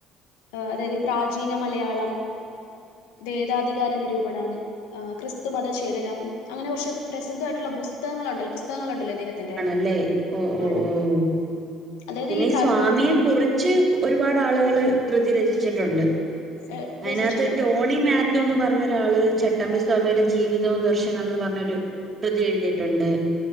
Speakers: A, on the left (about 80°); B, on the right (about 35°).
A: ഏഹ് അതായത് പ്രാചീന മലയാളം, വേദാധികാര നിരൂപണം ക്രിസ്തു മതഛേദനം അങ്ങനെ കുറച്ച് പ്രസിദ്ധമായിട്ടുള്ള പുസ്തകങ്ങളുണ്ടല്ലോ പുസ്തകങ്ങളുണ്ടല്ലോ ഇദ്ദേഹത്തിന്റെ
B: ല്ലെ ഓ ഓ
A: ആണ്.
B: ഓഹ്
A: അതായത്
B: പിന്നെ ഈ
A: പ്രാചീന
B: സ്വാമിയെ കുറിച്ച് ഒരുപാട് ആളുകള് കൃതി രചിച്ചിട്ടുണ്ട്.
A: ഏഹ്
B: അതിനകത്ത്
A: രചിച്ചിട്ടുണ്ട്.
B: ടോണി മാ ത്യുന്ന് പറഞ്ഞ ഒരാള് ചട്ടമ്പി സ്വാമിയുടെ ജീവിതവും ദർശനംന്ന് പറഞ്ഞൊരു കൃതി എഴുതിയിട്ടുണ്ട്,